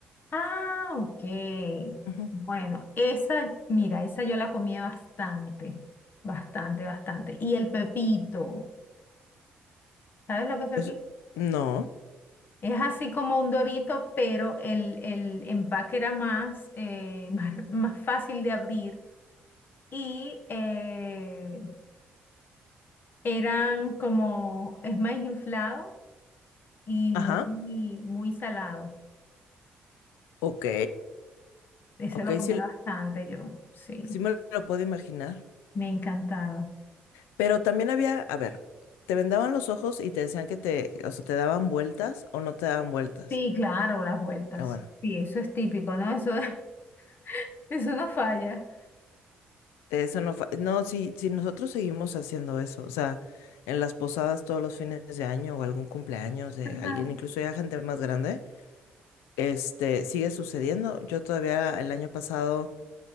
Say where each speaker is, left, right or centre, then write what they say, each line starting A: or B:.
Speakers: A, on the left (about 50°); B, on the left (about 85°).
A: Ah, ok.
B: Ujú.
A: Bueno, esa, mira, esa yo la comía bastante, bastante, bastante. Y el pepito, ¿sabes lo que es pepito?
B: Es- no,
A: Es así como un dorito, pero el, el empaque era más, eh, <laughs> más, más fácil de abrir y eh, eran como, es más inflado y muy,
B: ajá,
A: muy salado.
B: ok,
A: Ese
B: ok,
A: lo comía
B: sí,
A: bastante yo, sí,
B: sí me lo puedo imaginar.
A: me encantaba.
B: Pero también había, a ver, te vendaban los ojos y te decían que te, o sea, te daban vueltas o no te daban vueltas.
A: Sí, claro, las vueltas.
B: Ah, bueno.
A: Sí, eso es típico, ¿no? Eso, <laughs> eso no falla.
B: Eso no, fa- no, si, si nosotros seguimos haciendo eso, o sea, en las posadas todos los fines de año o algún cumpleaños de
A: Ajá,
B: alguien, incluso ya gente más grande, este, sigue sucediendo. Yo todavía el año pasado,